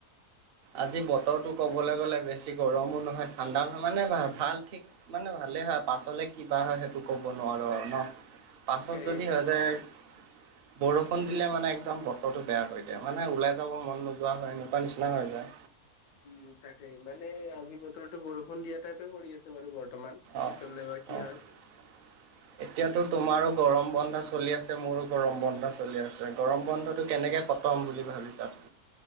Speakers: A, on the right; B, on the left.
A: আজি বতৰটো ক'বলৈ গ'লে বেছি গৰমো নহয় ঠাণ্ডাও নহয় মানে ভাল ঠিক মানে ভালে হয় পাছলে কিবা হয় সেইটো ক'ব নোৱাৰো আৰু ন। পাছত
B: তাকে
A: যদি হৈ যায় বৰষুণ দিলে মানে একদম বতৰটো বেয়া হৈ দিয়ে মানে ওলাই যাব মন নোযোৱা হয় এনেকুৱা নিচিনা হৈ যায়।
B: উম তাকেই মানে আজি বতৰটো বৰষুণ দিয়াত টাইপে কৰি আছে বাৰু বৰ্তমান
A: অ'
B: পিছলে বা কি
A: অ'
B: হয়।
A: <inaudible> এতিয়াতো তোমাৰো গৰম বন্ধা চলি আছে মোৰো গৰম বন্ধা চলি আছে গৰম বন্ধটো কেনেকে কটা ম বুলি ভাবিছা?